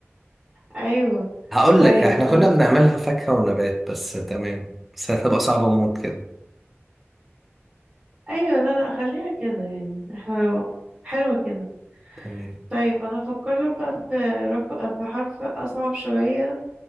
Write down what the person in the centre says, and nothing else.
هقول
لك احنا
كنا بنعملها فاكهة ونبات بس تمام بس هتبقى صعبة موت كده
تمام